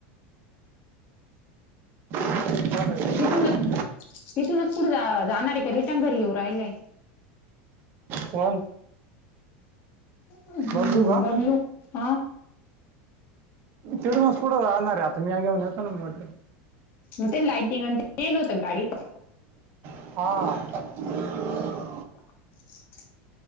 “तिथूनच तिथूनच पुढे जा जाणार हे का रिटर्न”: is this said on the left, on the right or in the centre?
Left